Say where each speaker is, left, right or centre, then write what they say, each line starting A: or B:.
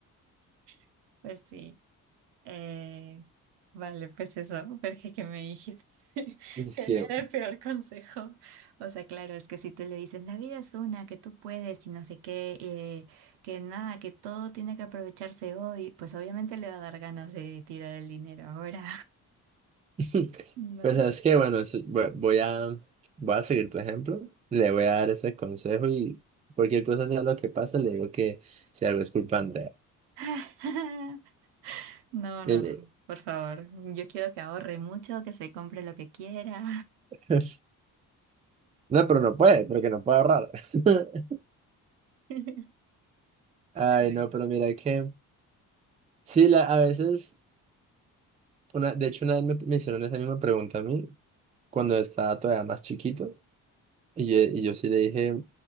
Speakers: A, on the right; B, on the right.
A: <laughs> pues sí. Eh, vale, pues eso, porque que me dijiste <laughs>
B: Es
A: que
B: que,
A: diera el peor consejo. O sea, claro, es que si tú le dices, la vida es una, que tú puedes y no sé qué, eh, que nada, que todo tiene que aprovecharse hoy, pues obviamente le va a dar ganas de tirar el dinero ahora,
B: <laughs>
A: <laughs> ¿no?
B: pues sabes que, bueno, eso- voy voy a, voy a seguir tu ejemplo, le voy a dar ese consejo y cualquier cosa sea lo que pase, le digo que si algo es culpa de Andrea.
A: <laughs> No,
B: Y
A: no,
B: me-
A: no, por favor, yo quiero que ahorre mucho, que se compre lo que quiera.
B: <laughs> No, pero no puede, porque no puede ahorrar. <laughs>
A: <laughs>
B: Ay,
A: Pues bueno,
B: no, pero mira que, sí, la, a veces. Una, de hecho, una vez me me hicieron esa misma pregunta a mí cuando estaba todavía más chiquito y yo, y yo sí le dije